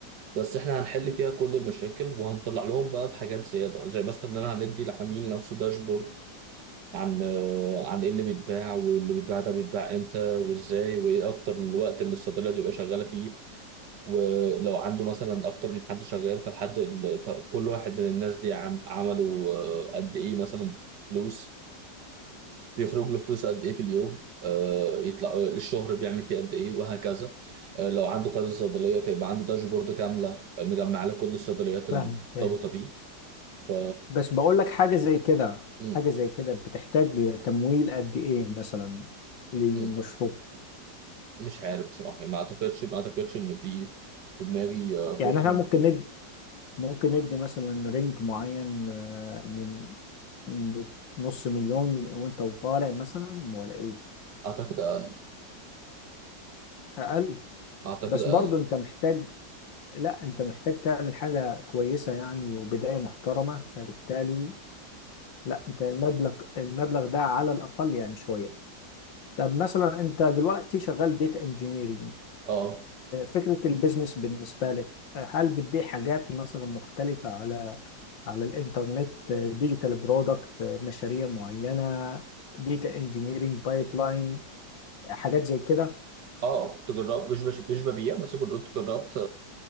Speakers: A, on the right; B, on the left.
A: بس احنا هنحل فيها كل المشاكل وهنطلع لهم بقى بحاجات زياده زي مثلا ان انا هندي العميل نفسه داشبورد عن آه، عن ايه اللي بيتباع واللي بيتباع ده بيتباع امتى وازاي وايه اكتر الوقت اللي الصيدليه بيبقى شغاله فيه ولو عنده مثلا اكتر من حد شغال فالحد ال- فكل واحد من الناس دي عم عملوا آه، قد ايه مثلا فلوس بيخرج له فلوس قد ايه في اليوم آه، يطلع آه، الشهر بيعمل فيه قد ايه وهكذا آه، لو عنده كذا صيدليه فيبقى عنده داشبورد كامله مجمع له كل الصيدليات المرتبطه
B: فاهم فاهم
A: بيه ف
B: بس بقول لك حاجه زي كده
A: م-
B: حاجه زي كده بتحتاج تمويل قد ايه مثلا للمشروع
A: م- مش عارف بصراحه يعني ما اعتقدش ما اعتقدش ان في في دماغي آه، فكره
B: يعني احنا ممكن ندي ممكن ندي مثلا رينج معين آه، من من نص مليون وانت وطالع مثلا ولا ايه
A: اعتقد اقل
B: اقل
A: اعتقد
B: بس
A: اقل
B: برضو انت محتاج لا انت محتاج تعمل حاجة كويسة يعني وبداية محترمة فبالتالي لا انت المبلغ المبلغ ده على الاقل يعني شوية طب مثلا انت دلوقتي شغال ديتا انجينيرنج
A: اه
B: فكرة البيزنس بالنسبة لك آه، هل بتبيع حاجات مثلا مختلفة على على الانترنت ديجيتال برودكت مشاريع معينه ديتا انجينيرنج بايب لاين حاجات زي كده
A: اه تجرب مش مش مش ببيع بس كنت جربت